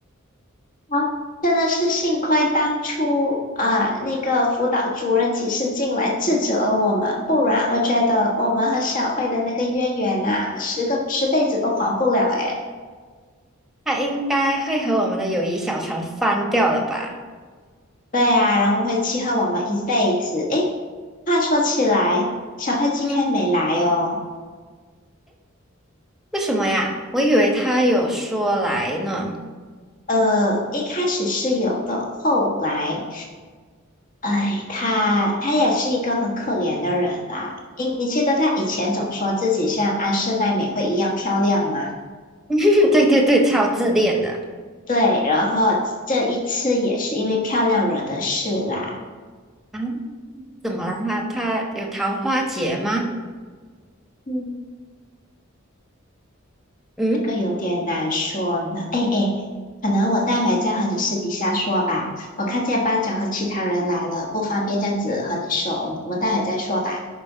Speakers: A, on the left; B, in the centre.
A: 啊，真的是幸亏当初啊，那个辅导主任及时进来制止了我们，不然我觉得我们和小慧的那个渊源呐、十个十辈子都还不了诶。
B: 他应该会和我们的友谊小船翻掉了吧？
A: 对呀、然后会记恨我们一辈子。诶，话说起来，小慧今天没来哦。
B: 嗯，为什么呀？我以为他有说来呢。
A: 呃，一开始是有的，后来，哎，她她也是一个很可怜的人啦。你你记得她以前总说自己像安室奈美惠一样漂亮吗？
B: <laughs> 对对对，超自恋的
A: 对，然后这一次也是因为漂亮惹的事啦，
B: 啊？怎么了？他他有桃花劫吗？
A: 嗯，
B: 嗯，
A: 这个有点难说呢。哎哎，可能我待会再和你私底下说吧。我看见班长和其他人来了，不方便这样子和你说，我们我们待会再说吧。